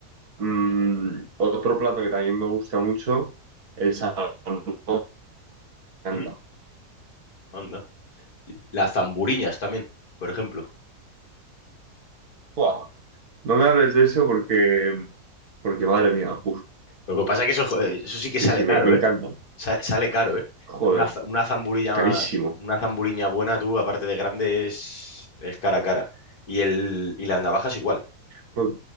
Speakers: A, on the right (about 70°); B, on the left (about 70°).
A: Mm, otro plato que también me gusta mucho, el salmón, me
B: ¿Mm?
A: encanta.
B: Anda. Las zamburiñas también, por ejemplo.
A: ¡Buah! No me hables de eso porque, porque madre mía, uf,
B: Lo que pasa es que eso, joder, eso sí que
A: sí,
B: sale
A: sí,
B: caro,
A: me, me encanta.
B: ¿eh? Sa- sale caro, ¿eh?
A: Joder,
B: Una, za- una zamburilla,
A: es carísimo.
B: una zamburiña buena, tú, aparte de grande, es, es cara a cara. Y, el, y las navajas igual.
A: Pues,